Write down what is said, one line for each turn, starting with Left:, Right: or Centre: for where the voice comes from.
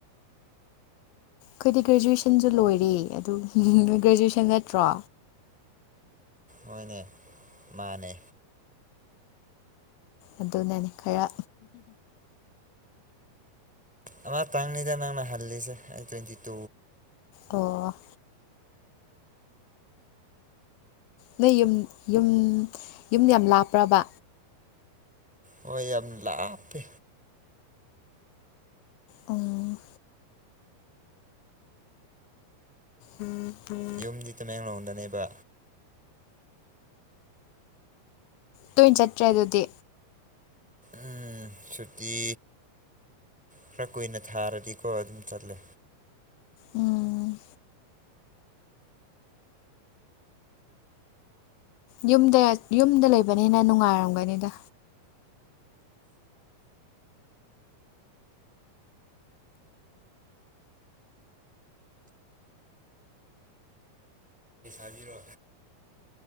Left: ꯈꯣꯏꯗꯤ ꯒ꯭ꯔꯦꯖꯨꯋꯦꯁꯟꯁꯨ ꯂꯣꯏꯔꯦ ꯑꯗꯨ ꯒ꯭ꯔꯦꯖꯨꯑꯦꯁꯟ ꯅꯠꯇ꯭ꯔꯣ
Centre: ꯍꯣꯏꯅꯦ ꯃꯥꯅꯦ
Left: ꯑꯗꯨꯅꯅꯦ ꯈꯔ
Centre: ꯑꯃꯇꯪꯅꯤꯗ ꯅꯪꯅ ꯍꯜꯂꯤꯁꯦ ꯑꯩ ꯇꯋꯦꯟꯤ ꯇꯨ
Left: ꯑꯣ ꯅꯣꯏ ꯌꯨꯝ ꯌꯨꯝ ꯌꯨꯝ ꯌꯥꯝ ꯂꯥꯞꯄ꯭ꯔꯕ
Centre: ꯍꯣꯏ ꯌꯥꯝ ꯂꯥꯞꯄꯦ
Left: ꯎꯝ ꯎꯝ ꯎꯝ
Centre: ꯌꯨꯝꯗꯤ ꯇꯃꯦꯡꯂꯣꯡꯗꯅꯦꯕ
Left: ꯇꯣꯏꯟ ꯆꯠꯇ꯭ꯔꯦ ꯑꯗꯨꯗꯤ
Centre: ꯎꯝ ꯁꯨꯇꯤ ꯈꯔ ꯀꯨꯏꯅ ꯊꯥꯔꯗꯤꯀꯣ ꯑꯗꯨꯝ ꯆꯠꯂꯦ
Left: ꯎꯝ ꯌꯨꯝꯗ ꯌꯨꯝꯗ ꯂꯩꯕꯅꯤꯅ ꯅꯨꯡꯉꯥꯏꯔꯝꯒꯅꯤꯗ
Centre: ꯑꯅꯤꯔꯣ